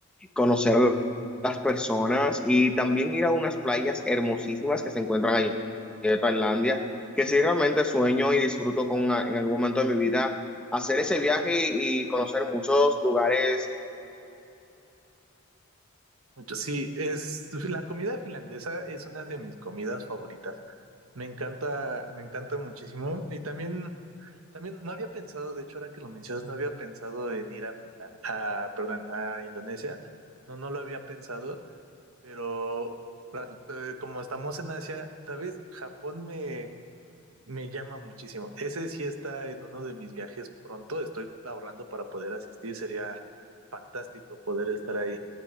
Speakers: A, in the centre; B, on the right.
A: conocer las personas y también ir a unas playas hermosísimas que se encuentran allí en Tailandia, que sí realmente sueño y disfruto con ah, en algún momento de mi vida hacer ese viaje y conocer muchos lugares.
B: Mucho, sí, es la comida finlandesa es una de mis comidas favoritas. Me encanta, me encanta muchísimo. Y también, también no había pensado, de hecho, ahora que lo mencionas, no había pensado en ir a Finlandia, perdón, a Indonesia. No, no lo había pensado. Pero ra- eh, como estamos en Asia, ¿sabes? Japón me, me llama muchísimo. Ese sí está en uno de mis viajes pronto. Estoy ahorrando para poder asistir. Sería fantástico poder estar ahí.